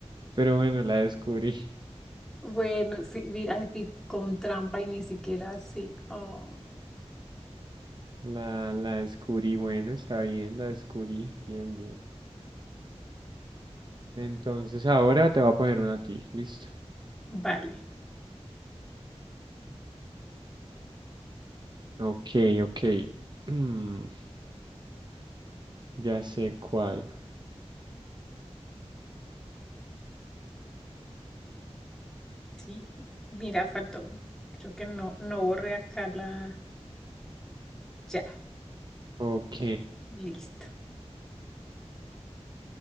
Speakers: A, on the right; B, in the centre.
A: Pero bueno, la descubrí.
B: Bueno, sí, mira, aquí con trampa y ni siquiera así. Oh,
A: La, la descubrí. Bueno, está bien, la descubrí. Bien, bien. Entonces ahora te voy a poner una a ti. Listo.
B: vale,
A: Ok, ok. <clears throat> Ya sé cuál.
B: sí. Mira, faltó. Creo que no, no borré acá la. Ya,
A: Ok,
B: listo.